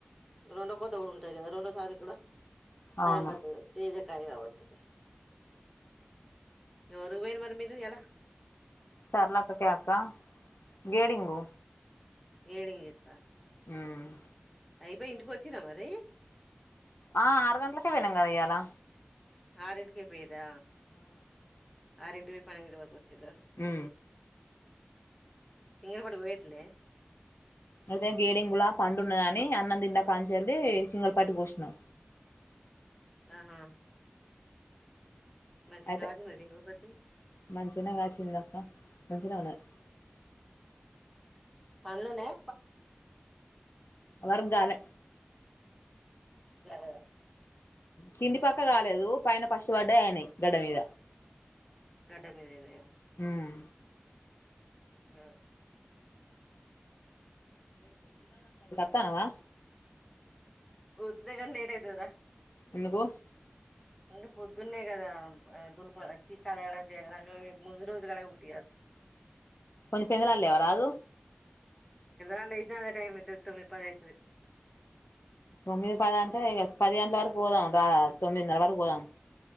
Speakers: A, in the centre; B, on the left.
A: రెండో కొత కూడా ఉంటది కదా రెండో తారీఖు కూడా
B: అవును
A: టైం పడుతుంది తేజ కి కలువ బట్టి ఎవరు పోయిన్రు మరి మీరు ఇయ్యాల
B: సర్లాక్క కే అక్క గేడింగ్
A: గెడింగ్ చేత
B: మ్మ్ హ్
A: అయిపోయి ఇంటికి వచ్చిన్రా మరి
B: ఆ ఆరు గంటలకే పోయినం కదా ఇయ్యాలా
A: ఆరింటికే పోయన్రా ఆరింటికి పోయి పన్నెండు ఇంటికి
B: ఉ
A: తింగల పాటు పోయట్లే
B: అంటే గేడంగ్ లా పండువున్నదని అన్నం తిన్న కాంచెల్లి సింగల్పాటి పోసినం
A: ఆహా మంచి
B: అయితే
A: గాసిందా చింగడి పట్టి
B: మంచినే కాసిందక్క మంచిగానే ఉన్నది
A: పండ్లు ఉన్నాయా
B: వర్గాలు
A: గలవు
B: కింది పక్క కాలేదు పైన ఫస్ట్ పడ్డయ్ అయినయ్ గడ్డ మీద
A: గడ్డ మీద అయినయా
B: ఉ
A: ఆ
B: తనవా
A: ఊడ్చుడే గానీ లేట్ అయితదిరా
B: ఎందుకు
A: ఇంకా పొద్దున్నే కదా దులుపడం ఛీ కడగడం చేయ ముందు రోజు కడగ బుద్ది కాదు
B: కొంచెం పెందలాకాడ లేవరాదు
A: ఆ లేసినా అదే టైమ్ అయితది తొమ్మిది పదైతది
B: తొమ్మిది పది అంటే ఇగ పది గంటల వరకు పోదాం రా తొమ్మిదిన్నర వరకు పోదాం